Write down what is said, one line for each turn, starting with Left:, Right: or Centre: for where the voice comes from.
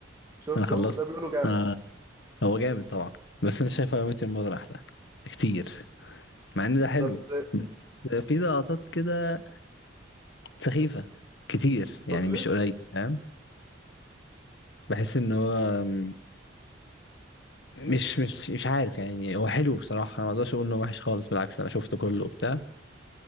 Right: شفته
Left: انا خلصت
Right: ده بيقولوا جامد
Left: آه هو جامد طبعا بس انا شايف هاو ميت الموضوع احلى كتير مع ان ده حلو
Right: بس
Left: بس في لقطات كده سخيفة كتير
Right: بروكلين
Left: يعني مش قليل فاهم بحس ان هو م- مش مش مش عارف يعني هو حلو بصراحة انا ما اقدرش اقول انه وحش خالص بالعكس انا شفته كله وبتاع